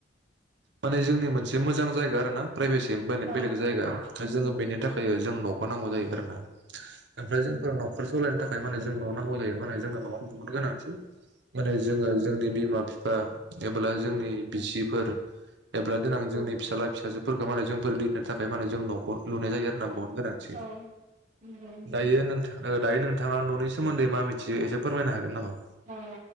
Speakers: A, on the right (about 65°); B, on the right (about 40°).
A: माने जोंनि मोनसे मोजां जायगा आरो ना। प्राइभेसि बेलेग
B: औ
A: बेलेग जायगा जोङो बेनि थाखाय ओ जों नखौ नांगौ जायो आरो ना। ओमफ्राय जोंफोर नखर सलायनो थाखाय माने जों न नांगौ जायो माने जोंनो नआबो जोबोर गोनांथि। माने जोङो जोंनि बिमा बिफा। एबोला जोंनि बिसिफोर एब्ला देनां जोंनि फिसाला फिसाजोफोरखौ माने जोंफोर दिननो थाखाय माने जों नखौ। लुनाय जायो आरोना बहुद
B: औ
A: गोनांथि
B: औ नंगौ नोंथां
A: दायो नोंथां। ओ दायो नोंथाङा न'नि सोमोन्दै मा मिथियो एसे फोरमायनो हागोन नामा?
B: औ